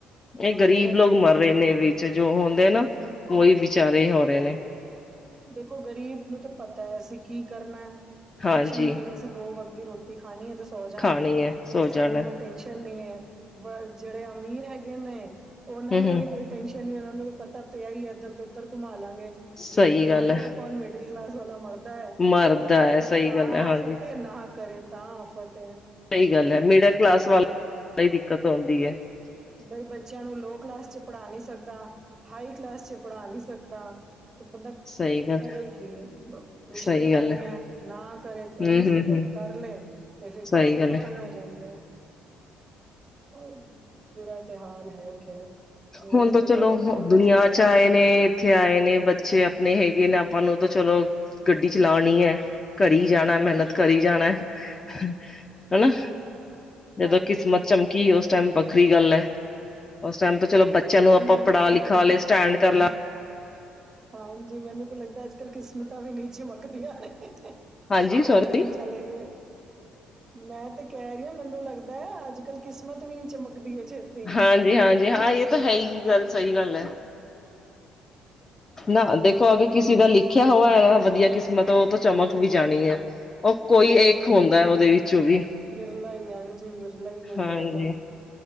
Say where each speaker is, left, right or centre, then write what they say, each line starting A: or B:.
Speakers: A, on the left (about 25°); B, on the right (about 25°).
A: ਇਹ ਗਰੀਬ
B: ਇੰਡੀਆ ਦਾ
A: ਲੋਕ
B: ਹੀ ਬੁਰਾ
A: ਮਰ ਰਹੇ
B: ਹਾਲ
A: ਨੇ
B: ਹੈ
A: ਵੀ ਚ ਜੋ ਹੁੰਦੇ ਨਾ ਉਹੀ ਵਿਚਾਰੇ ਹੋ ਰਹੇ ਨੇ।
B: ਦੇਖੋ ਗ਼ਰੀਬ ਨੂੰ ਤਾਂ ਪਤਾ ਐ ਅਸੀਂ ਕੀ ਕਰਨਾ ਐ,
A: ਹਾਂਜੀ
B: ਕੁਛ ਨੀ ਬਈ ਅਸੀਂ ਦੋ ਵੱਕਤ ਦੀ ਰੋਟੀ ਰੋਟੀ ਖਾਣੀ ਏ ਤੇ ਸੌ ਜਾਣਾ
A: ਖਾਣੀ ਹੈ
B: ਫੇਰ
A: ਸੋ
B: ਸਾਨੂੰ
A: ਜਾਣਾ
B: ਕੋਈ ਟੈਨਸ਼ਨ ਨਹੀ ਐ। ਬਸ ਜਿਹੜੇ ਅਮੀਰ ਹੈਗੇ ਨੇ ਉਹਨਾਂ
A: ਹਮ
B: ਨੂੰ
A: ਹਮ
B: ਵੀ ਕੋਈ ਟੈਨਸ਼ਨ ਨੀ ਉਹਨਾਂ ਨੂੰ ਪਤਾ ਪਿਆ ਹੈ ਏ ਇੱਧਰ ਤੋਂ ਉੱਧਰ ਘੁੰਮਾ ਲਾਂਗੇ,
A: ਸਹੀ ਗੱਲ
B: ਮਰੇਗਾ
A: ਹੈ
B: ਕੌਣ ਮਿਡਲ ਕਲਾਸ ਵਾਲਾ ਮਰਦਾ ਐ,
A: ਮਰਦਾ
B: ਉਹ ਕਰੇ
A: ਹੈ ਸਹੀ
B: ਤਾਂ
A: ਗੱਲ ਹੈ ਹਾਂਜੀ
B: ਆਫਤ ਏ ਨਾ ਕਰੇ ਤਾਂ ਉਹ ਤੇ ਐ।
A: ਸਈ ਗੱਲ ਐ। ਮਿਡਲ ਕਲਾਸ ਵਾਲ ਦਿੱਕਤ ਆਉਂਦੀ ਐ।
B: ਬਈ ਬੱਚੇਆਂ ਨੂੰ ਲੋਅ ਕਲਾਸ ਚ ਪੜਾ ਨੀ ਸਕਦਾ, ਹਾਈ ਕਲਾਸ ਚ ਪੜਾ ਨੀ ਸਕਦਾ। ਤੇ ਬੰਦਾ
A: ਸਹੀ ਗੱਲ
B: ਕਰੇ ਕੀ? ਰਿਸ਼ਤੇਦਾਰੀਆਂ
A: ਸਹੀ ਗੱਲ ਹੈ
B: ਐਂ ਨਾ ਕਰੇ ਤੇ
A: ਹਮ
B: ਮੁਸੀਬਤ
A: ਹਮ ਹਮ
B: ਕਰ ਲੇ ਤੇ ਫਿਰ ਪੈਸੇ
A: ਸਹੀ ਗੱਲ
B: ਖ਼ਤਮ
A: ਹੈ
B: ਹੋ ਜਾਂਦੇ ਐ। ਓਈ ਬੁਰਾ ਤੇ ਹਾਲ ਐ ਖੈਰ ਨਿਊਜ਼
A: ਹੁਨ ਤੋ
B: 'ਚ
A: ਚਲੋ
B: ਤਾਂ ਅਗਰ ਖੋਲ੍ਹੋ
A: ਦੁਨੀਆਂ
B: ਫਿਰ ਪਤਾ
A: ਚ ਆਏ
B: ਲੱਗਦਾ
A: ਨੇ ਏਥੇ ਆਏ ਨੇ ਬੱਚੇ ਅਪਨੇ ਹੈਗੇ ਨੇ ਆਪਾਂ ਨੂੰ ਚਲੋ ਗੱਡੀ ਚਲਾਣੀ ਐ। ਕਰੀ ਜਾਣਾ ਮੈਨਤ ਕਰੀ ਜਾਣੈ ਹੈਨਾ। ਜਦੋਂ
B: ਹਾਂਜੀ
A: ਕਿਸਮਤ ਚਮਕੀ ਓਸ ਟਾਈਮ ਵੱਖਰੀ ਗੱਲ ਐ ਓਸ ਟਾਈਮ ਤੋ ਚਲੋ ਬੱਚੇਆਂ ਨੂੰ ਆਪਾਂ
B: ਮੈਨੂੰ
A: ਪੜ੍ਹਾ
B: ਤਾਂ
A: ਲਿਖਾ
B: ਲੱਗਦਾ
A: ਲੇ ਸਟੈਂਡ ਕਰ ਲਾ
B: ਹਾਂਜੀ, ਮੈਨੂੰ ਤੇ ਲੱਗਦਾ ਅੱਜ-ਕੱਲ ਕਿਸ ਮਤਾਂ ਵੀ ਨੀ ਚਮਕਦੀਆਂ ਨੇ।
A: ਹਾਂਜੀ ਸੋਰੀ
B: ਓ ਟਾਈਮ ਚਲੇ ਗਏ। ਮੈਂ ਤੇ ਕੈਰੀ ਆਂ ਮੈਨੂੰ ਲੱਗਦਾ ਐ ਅੱਜ-ਕੱਲ ਕਿਸਮਤ ਵੀ ਨੀ ਚਮਕਦੀ ਐ ਛੇਤ
A: ਹਾਂਜੀ, ਹਾਂਜੀ ਹਾਂ ਏ ਤਾਂ ਹੈ ਈ ਗੱਲ, ਸਈ ਗੱਲ ਐ। ਨਾ
B: ਅੱਜ ਕੱਲ
A: ਦੇਖੋ
B: ਤੇ
A: ਅਗਰ ਕਿਸੇ ਦਾ ਲਿਖੇਆ ਹੋਆ ਐ ਨਾ ਵਧੀਆ ਕਿਸਮਤ ਓ ਤੋ ਚਮਕ ਵੀ ਜਾਣੀ ਐ। ਓ
B: ਅ
A: ਕੋਈ ਏਕ ਹੁੰਦਾ ਐ ਓਦੇ ਵਿੱਚੋਂ ਵੀ,
B: ਵਿਰਲਾ ਹੀ ਹਾਂਜੀ ਵਿਰਲਾ ਹੀ ਕੋਈ
A: ਹਾਂਜੀ।
B: ਹੋਏਗਾ